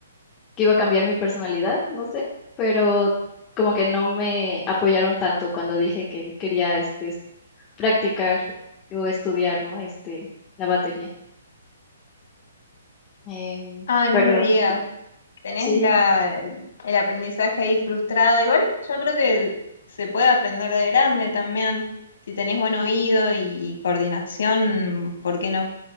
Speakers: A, on the left (about 20°); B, on the left (about 65°).
A: que iba a cambiar mi personalidad, no sé, pero como que no me apoyaron tanto cuando dije que quería, este, es- practicar o estudiar, ¿no? Este, la batería. Em,
B: Ay,
A: pero
B: no me digas. tenés
A: sí.
B: la, el aprendizaje ahí frustrado. Igual yo creo que se puede aprender de grande también. Si tenés buen oído y coordinación, ¿por qué no?